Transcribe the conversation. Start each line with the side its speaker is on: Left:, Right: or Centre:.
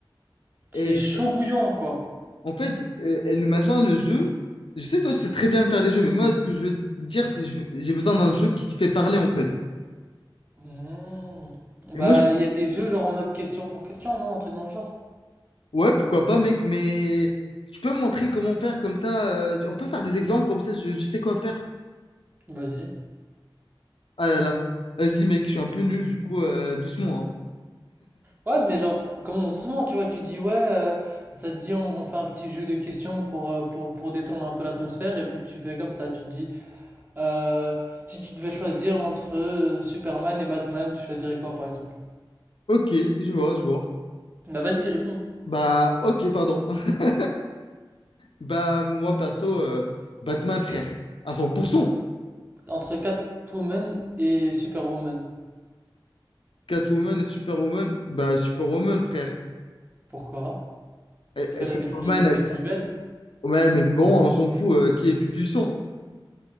Left: Et
Right: qui est chaud bouillant, quoi.
Left: en fait, euh, et le machin, le jeu, je sais, toi, tu sais très bien faire des jeux, mais moi, ce que je veux dire, c'est que je veux- j'ai besoin d'un jeu qui fait parler, en fait.
Right: Hmm.
Left: Et
Right: Bah,
Left: moi, je-
Right: il y a des jeux genre en mode question pour question, non? Un truc dans le genre.
Left: ouais, pourquoi pas, mec, mais tu peux me montrer comment faire comme ça. euh, tu- on peut faire des exemples comme ça, je je sais quoi faire.
Right: Vas-y.
Left: Ah là là. Vas-y, mec, je suis un peu nul, du coup, euh, doucement, hein.
Right: Ouais, mais genre, commence doucement, tu vois. Tu te dis, ouais, euh, ça te dit, on, on fait un petit jeu de questions pour, euh, pour, pour détendre un peu l'atmosphère. Et puis tu fais comme ça. Tu te dis, euh, si tu devais choisir entre euh, Superman et Batman, tu choisirais quoi, par exemple?
Left: Ok, je vois, je vois.
Right: Bah, vas-y, réponds.
Left: Bah, ok, pardon. <laughs> Bah, moi, perso, euh, Batman, frère. À 100%.
Right: Entre Catwoman et Superwoman.
Left: Catwoman et Superwoman. Bah, Superwoman, frère.
Right: Pourquoi?
Left: Eh,
Right: Parce
Left: eh,
Right: qu'elle
Left: Catwoman,
Right: a des plus,
Left: elle-
Right: elle est plus belle.
Left: ouais, mais bon, on s'en fout, euh, qui est plus puissant?